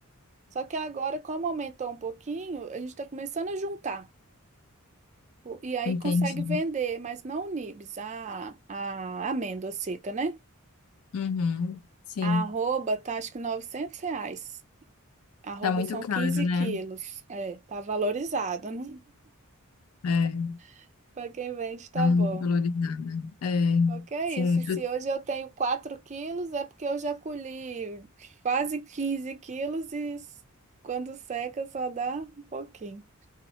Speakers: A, on the right (about 35°); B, on the left (about 70°).
A: só que agora, como aumentou um pouquinho, a gente está começando a juntar. O- E aí
B: Entendi.
A: consegue vender, mas não o nibs, a, a amêndoa seca, né?
B: Uhum. Sim,
A: A arroba tá acho que 900 reais. Arroba
B: tá muito
A: são
B: caro,
A: 15
B: né?
A: quilos. É, tá valorizado, né?
B: É,
A: <laughs> Para quem vende, tá
B: tá muito
A: bom.
B: valorizada. É,
A: O é
B: sim,
A: isso? Se
B: eu-
A: hoje eu tenho 4 quilos, é porque eu já colhi quase 15 quilos e s- quando seca só dá um pouquinho.